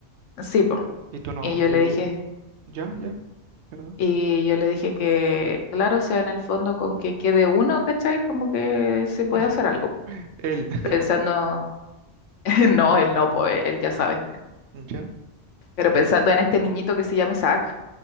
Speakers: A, on the left (about 80°); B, on the right (about 70°).
A: Sí, po.
B: Y tú no,
A: Y yo
B: tú,
A: le dije,
B: ya, ya, ¿verdad?
A: Y yo le dije que, claro, o sea, en el fondo con que quede uno, ¿cachai? Como que se
B: <laughs>
A: puede hacer algo.
B: El,
A: Pensando,
B: <laughs>
A: <laughs> no, él no, pues él ya sabe.
B: ya,
A: Pero pensando en este niñito que se llama Isaac,